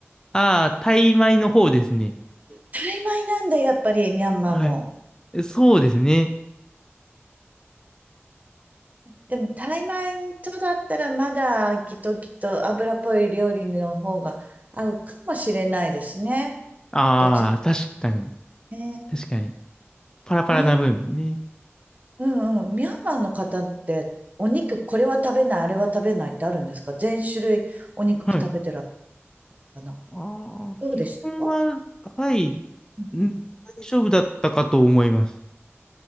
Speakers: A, on the left (about 15°); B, on the right (about 35°).
A: ああ、タイ米の方ですね。
B: タイ米なんだ、やっぱり、ミャンマーも。
A: はい。えそうですね。
B: でも、タイ米とだったらまだ、きっときっと油っぽい料理の方が合うかもしれないですね。
A: ああ、
B: どっち
A: 確かに。
B: ね。
A: 確かに。パラパラな分ね。
B: うん、うんうん。ミャンマーの方って、お肉、これは食べない、あれは食べないってあるんですか全種類お肉食べてらっし
A: はい。
B: ゃるかな
A: ああ、
B: どうでした
A: 基本は、はい、ん
B: うん。
A: 大丈夫だったかと思います。